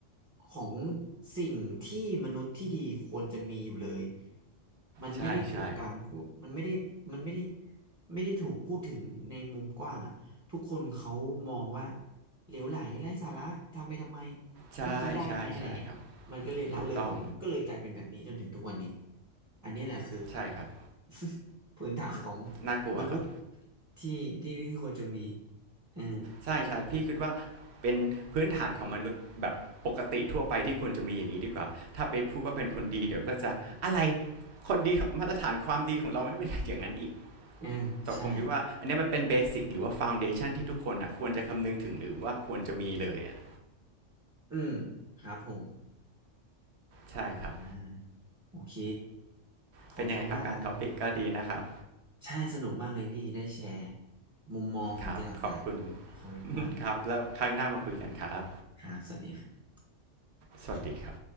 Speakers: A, on the right; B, on the right.
A: ของสิ่งที่มนุษย์ที่ดีควรจะมีอยู่เลยมันไม่ได้ถูกการพูดมันไม่ได้มันไม่ได้
B: ใช่ใช่
A: ไม่ได้ถูกพูดถึงในมุมกว้างอ่ะทุกคนเขามองว่าเหลวไหลไร้สาระทำไปทำไมแล้วมันกินได้ไหมอะไรเงี้ย
B: ใช่ใช่ใช่ครับ
A: มันก็เลยละเลยกันหมดมันก็เลยกลายเป็นแบบนี้จนถึงทุกวันนี้
B: ถูกต้อง
A: อันนี้แหละคือ
B: ใช่ครับ
A: <laughs> พื้นฐานของ
B: น่ากลัวครับ
A: มนุษย์ที่ที่ที่ควรจะมีเออ
B: ใช่ใช่พี่คิดว่าเป็นพื้นฐานของมนุษย์แบบปกติทั่วไปที่ควรจะมีอย่างนี้ดีกว่าถ้าไปพูดว่าเป็นคนดีเดี๋ยวก็จะอะไรคนดีมาตรฐานความดีของเราไม่ไม่ได้อย่างนั้นอีก
A: เออใช่
B: แต่ผมคิดว่าอันเนี้ยมันเป็นเบสิกหรือว่าฟ u n เดชันที่ทุกคนอ่ะควรจะคำนึงถึงหรือว่าควรจะมีเลยอ่ะ
A: อืมครับผม
B: ใช่ครับ
A: อ่าโอเคขอบคุณมากครับ
B: เป็นยังไงครับการท็อปิกก็ดีนะครับ
A: ใช่สนุกมากเลยพี่ได้แชร์มุมมองของแต่ละฝ่าย
B: ครับขอบคุณ
A: ขอบคุณมากเลย
B: <laughs> ครับแล้วครั้งหน้ามาคุยกันครับ
A: ครับสวัสดีครับ
B: สวัสดีครับ